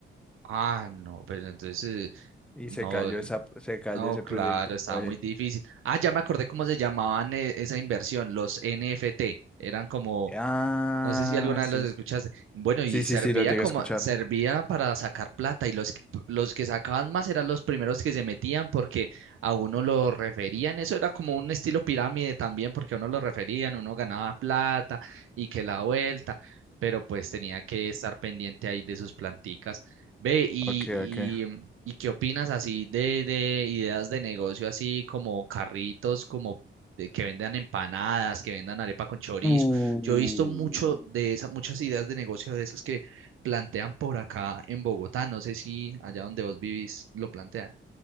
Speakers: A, on the right; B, in the centre.
A: Ah, no, pues entonces, eh,
B: Y se
A: no,
B: cayó esa, se cayó
A: no,
B: ese
A: claro,
B: proyectico
A: estaba
B: ahí.
A: muy difícil. Ah, ya me acordé cómo se llamaban eh, esa inversión, los NFT. Eran como
B: Ah,
A: No sé si alguna
B: sí,
A: vez los escuchaste.
B: sí,
A: Bueno, y
B: sí, sí,
A: servía
B: sí, lo llegué
A: como,
B: a escuchar.
A: servía para sacar plata y los, que- los que sacaban más eran los primeros que se metían porque a uno lo referían. Eso era como un estilo pirámide también porque a uno lo referían, uno ganaba plata y que la vuelta, pero pues tenía que estar pendiente ahí de sus planticas. Ve, y,
B: Ok,
A: y,
B: ok.
A: ¿y qué opinas así de, de ideas de negocio así como carritos, como de que vendan empanadas, que vendan arepa con chorizo?
B: Mm,
A: Yo he visto mucho de esas, muchas ideas de negocio de esas que plantean por acá en Bogotá. No sé si allá donde vos vivís lo plantean.